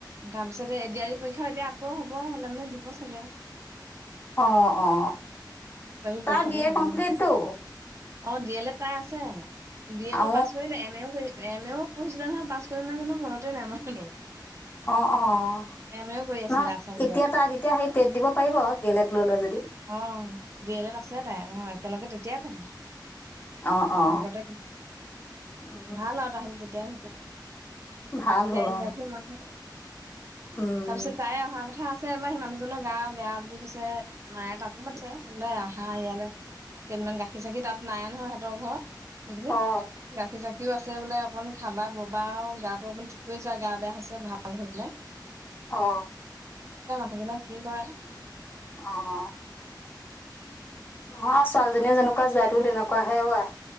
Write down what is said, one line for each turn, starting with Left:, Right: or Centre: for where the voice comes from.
Right: তাৰপিছতে এডিয়ী পৰীক্ষাও এতিয়া আকৌ হ'ব হলে মানে দিব চাগে আৰু।
Left: অ', অ।
Right: বায়ু পৰীক্ষাবোৰ
Left: তাৰ বি এ
Right: হ'ব
Left: কমপ্লিটটো।
Right: অ', দিয়েলেট তাৰ আছে। বি এ
Left: অ
Right: তটো পাছ কৰিলে, এম এ য়ো কৰি এম এ য়ো পঢ়িছিলে নহয়, পাছ কৰিলে নাই জানো মনতে নাই <unintelligible>
Left: অ', অ',
Right: এম এও কৰি আছিলে
Left: নহয়
Right: আছামিজত
Left: এতিয়া তাত এতিয়া সেই টেট দিব পাৰিব আউ ডিএ লেট ল'লে যদি
Right: অ ডি এল এত আছে তাই অ', একেলগে তেতিয়াই পঢ়া।
Left: অ অ
Right: লগতে
Left: উম
Right: ভাল আৰু তাহাত তেতিয়াই
Left: ভাল হ'ল
Right: <unintelligible>
Left: অ
Right: <unintelligible>
Left: উম
Right: তাৰপিছত তাই অহা কথা আমাৰ সেই মানুহজনৰ গা বেয়া বুলি কৈছে মায়ে তাকো মাতিছে। বোলে আহা ইয়ালে কেইদিনমান গাখীৰ চাখি তাত নাই নহয়, সিহঁতৰ ঘৰ। সেইখিনিত
Left: অ
Right: গাখীৰ চাখী সিয়ো আছে বোলে অকণমান খাবা ববা আৰু গাটো অকণমান ঠিক কৰি যোৱা গা বেয়া হৈছে ভাল হৈ পেলাই।
Left: অ।
Right: <unintelligible> কি কৰে
Left: অহ। নহয়, ছোৱালীজনী যেনেকুৱা জোঁৱাইটো তেনেকুৱাহে অ', আই।